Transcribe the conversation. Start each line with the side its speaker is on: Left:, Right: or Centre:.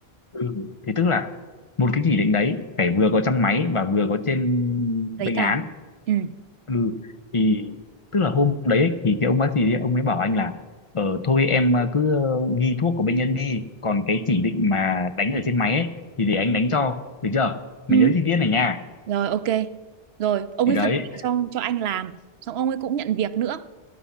Left: Ừ. Thì tức là một cái chỉ định đấy phải vừa có trong máy và vừa có trên
Right: Giấy
Left: bệnh
Right: tờ.
Left: án
Right: Ừ,
Left: ừ thì tức là hôm đấy ấy, thì cái ông bác sĩ đấy, ông ấy bảo anh là ờ thôi em ờ, cứ ờ, ghi thuốc của bệnh nhân đi còn cái chỉ định mà đánh ở trên máy ấy, thì để anh đánh cho được chưa mày
Right: ừ.
Left: nhớ chi tiết này nha
Right: Rồi, ok. Rồi, ông
Left: thì
Right: ấy
Left: đấy
Right: phân việc cho, cho anh làm. Xong ông ấy cũng nhận việc nữa.